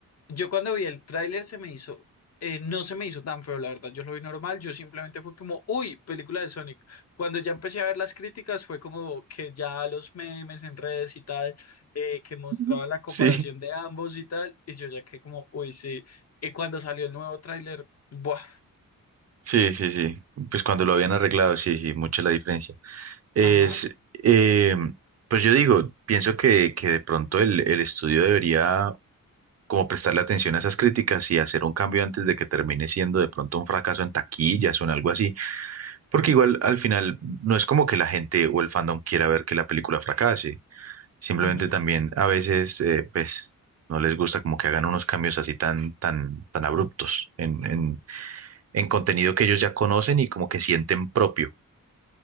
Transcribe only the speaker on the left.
Yo cuando vi el tráiler se me hizo, eh, no se me hizo tan feo, la verdad, yo lo vi normal, yo simplemente fue como, uy, película de Sonic. Cuando ya empecé a ver las críticas fue como que ya los memes en redes y tal, eh, que mostraban
la comparación
de ambos y tal, y yo ya que como, uy, sí. Y cuando salió el nuevo tráiler, buah,
ajá,
ujú.